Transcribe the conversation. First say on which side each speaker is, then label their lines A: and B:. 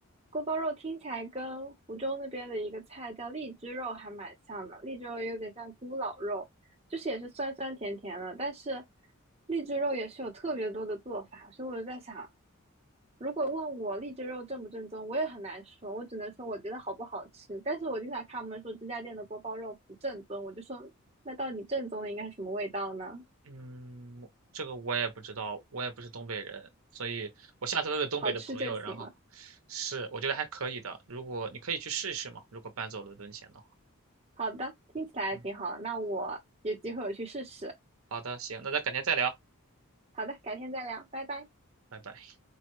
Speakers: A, on the right; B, on the right.
A: 锅包肉听起来跟湖州那边的一个菜叫荔枝肉还蛮像的，荔枝肉有点像咕咾肉，就是也是酸酸甜甜的，但是荔枝肉也是有特别多的做法，所以我就在想，如果问我荔枝肉正不正宗，我也很难说，我只能说我觉得好不好吃。但是我经常看他们说这家店的锅包肉不正宗，我就说那到底正宗的应该什么味道呢？
B: 嗯，这个我也不知道，我也不是东北人，所以我下次问问东北的朋友，
A: 好吃就行了。
B: 然后是，我觉得还可以的。如果你可以去试一试嘛，如果搬走伦敦前的话。
A: 好的，听起来挺好，
B: 嗯，
A: 那我有机会我去试试。
B: 好的，行，那咱改天再聊，
A: 好的，改天再聊，拜拜。
B: 拜拜。